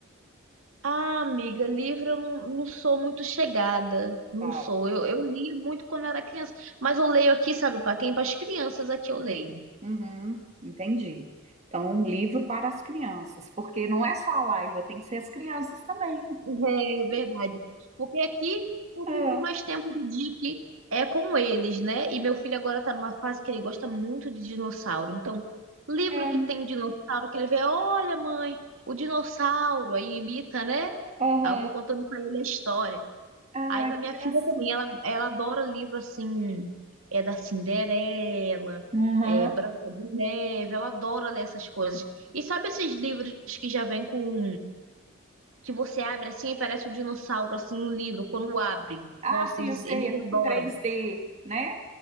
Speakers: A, on the right (about 70°); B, on the right (about 30°).
A: Ah, amiga, livro eu não, não sou muito chegada, não
B: Tá.
A: sou. Eu, eu li muito quando era criança, mas eu leio aqui, sabe, para quem? Para as crianças aqui eu leio.
B: Uhum, entendi. Então, um livro para as crianças, porque não é só a Laila, tem que ser as crianças também.
A: É verdade. Porque aqui eu
B: Ah,
A: fico mais tempo do dia que é com eles, né? E meu filho agora tá numa fase que ele gosta muito de dinossauro. Então, livro
B: ah,
A: que tem dinossauro, que ele vê, olha, mãe, o dinossauro, aí imita, né?
B: aham.
A: Aí eu vou contando pra ele a história.
B: Ah,
A: Aí pra minha
B: que gracinha.
A: filha também, ela, ela adora livro assim, é da Cinderela,
B: Aham.
A: é Branca de Neve, ela adora ler essas coisas. E sabe esses livros que já vêm com que você abre assim e parece um dinossauro, assim, no livro, quando abre.
B: Ah,
A: Nossa,
B: sim,
A: eles,
B: eu sei,
A: eles
B: é
A: adoram.
B: 3D, né?